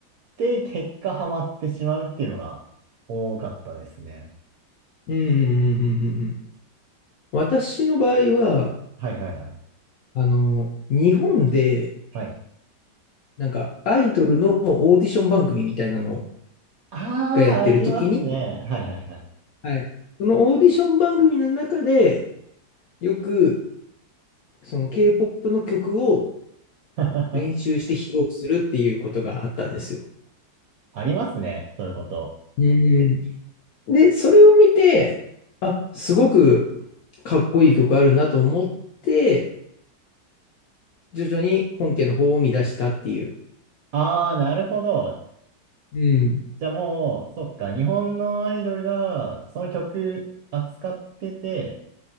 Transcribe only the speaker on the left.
うん。うんうんうんうんうん私の場合は、
あの、日本で、
なんか、アイドルのオーディション番組みたいなの
がやってる時に、
はい。そのオーディション番組の中で、よく、その K-POP の曲を
練習して披露するっていうことがあったんですよ。
うん。で、それを見て、あ、すごくかっこいい曲あるなと思って、徐々に本家の方を見出したっていう。
うん。